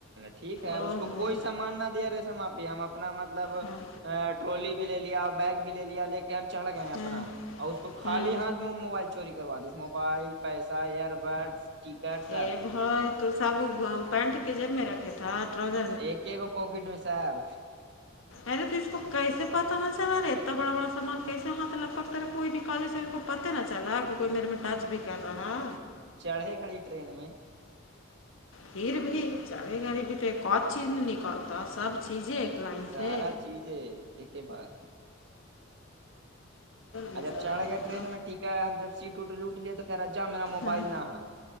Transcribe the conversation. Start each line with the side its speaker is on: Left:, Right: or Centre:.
Right: ٹھیک ہے
Left: او
Right: اس کو
Left: ہو
Right: کوئی سامان نہ دیا رہے سم آپی ہم اپنا مطلب
Left: ہاں
Right: ٹولی بھی لے لیا بیگ بھی لے لیا لے کے ہم چڑھ گئے ہیں اپنا
Left: ہاں
Right: اور اس کو خالی
Left: ہاں
Right: ہاتھ میں وہ موبائل چوری کروا دیس موبائل پیسہ ایئر بڈس ٹکٹ سب
Left: ا بھائی تو سابو پینٹ کے جب میں رکھے تھا ٹرزر
Right: ایک گو پاکٹ میں صاحب
Left: ارے تو اس کو کیسے پت نا سر اارے اتنا بڑا بڑا سامان کیسے ہاتھ لگپکتا رہے کوئی نکالے س اس کو پتہ نہ چلا کہ کوئی میرے میں ٹچ بھی کر رہا
Right: چڑھے کھڑی ٹرین میں
Left: پھر بھی چلے گای بھی تو ایک کت چیز نہیں نکلتا سب چیزیں لائن
Right: سارا
Left: سے
Right: چیز ہے ایک ہی بار
Left: بیچارہ
Right: جب چڑھ
Left: آپ
Right: گیاٹرین
Left: کو تو
Right: میں ٹھیک ہے ہم جب سیٹ لوٹ گئے تو کہہ رہا جا ما موبائل
Left: ہاں
Right: نہا